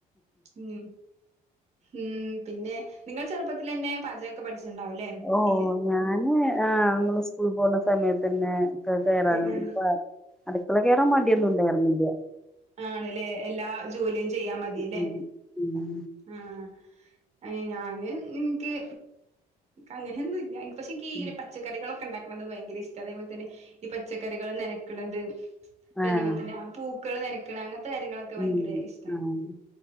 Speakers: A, on the right (about 40°); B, in the centre.
A: ഉം ഉം പിന്നെ നിങ്ങൾ ചെറുപ്പത്തിലെന്നെ പാചകൊക്കെ പഠിച്ചിണ്ടാവുല്ലേ
B: ഓ
A: ഈ
B: ഞാന് ആഹ് അമ്മള് സ്കൂളി പോകുന്ന സമയത്ത്. തന്നെ ക്ക് കേറാനും
A: അടുക്കള കേറാ
B: ഇപ്പൊ അട് ക്കളെക്കേറാൻ മടിയൊന്നുണ്ടായിര് ന്നില്ല.
A: ആണ്ല്ലേ എല്ലാ ജോലിയും ചെയ്യാ മതീല്ലേ?
B: ഉം ഉം
A: ആഹ് അയിന് ഞാന് ഇൻക്ക് അങ്ങനെ ഒന്നുല്ല പക്ഷെ ഇൻക്കീ
B: ഉം
A: ഒര് പച്ചക്കറികളൊക്കെ ഇണ്ടാക്കുന്നത് ഭയങ്കരിഷ്ട്ടാ അതേപോലെ തന്നെ ഈ പച്ചക്കറികള് നനക്ക്ണത്. ഇപ്പതെ
B: ആഹ്
A: പോലെത്തന്നെ ആ പൂക്കള് നനക്ക്ണെ അങ്ങൻത്തെ കാര്യങ്ങളൊക്കെ ഭയങ്കര
B: ഉം
A: ഇഷ്ട്ടാണ്.
B: ആഹ്